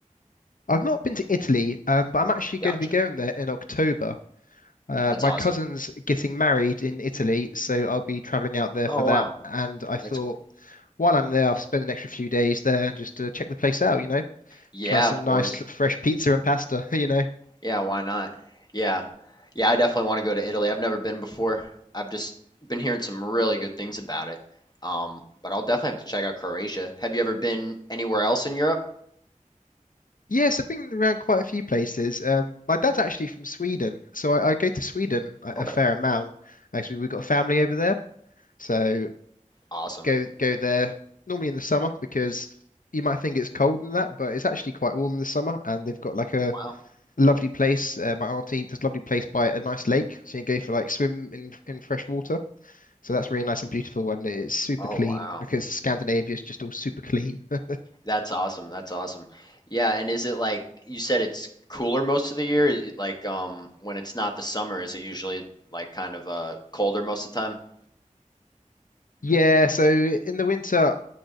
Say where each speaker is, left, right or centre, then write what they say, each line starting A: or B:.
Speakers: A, on the left (about 85°); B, on the left (about 30°).
A: I've not been to Italy, um, but I'm actually going
B: Gotcha.
A: to be going there in October. Uh,
B: That's
A: my
B: awesome.
A: cousin's getting married in Italy, so I'll be traveling out there
B: Oh,
A: for that.
B: wow.
A: And I thought
B: That's cool.
A: while I'm there, I'll spend an extra few days there and just uh, check the place out, you know,
B: Yeah,
A: try some
B: of
A: nice
B: course.
A: fresh pizza and pasta, <laughs> you know.
B: Yeah, why not? Yeah. Yeah, I definitely want to go to Italy. I've never been before. I've just been hearing some really good things about it. Um, but I'll definitely have to check out Croatia. Have you ever been anywhere else in Europe?
A: Yes, I've been around quite a few places. Um, my dad's actually from Sweden, so I, I go to Sweden a,
B: Okay.
A: a fair amount. Actually, we've got family over there, so
B: Awesome.
A: go go there normally in the summer because you might think it's cold and that, but it's actually quite warm in the summer. And they've got like a
B: Wow.
A: lovely place. Uh, my auntie does a lovely place by a nice lake, so you can go for like swim in in fresh water. So that's really nice and beautiful, and it's super
B: Oh,
A: clean
B: wow.
A: because Scandinavia is just all super clean. <laughs>
B: That's awesome. That's awesome. Yeah, and is it like you said it's cooler most of the year? Is it, Like um when it's not the summer, is it usually like kind of uh colder most of the time? <laughs>
A: Yeah, so in the winter.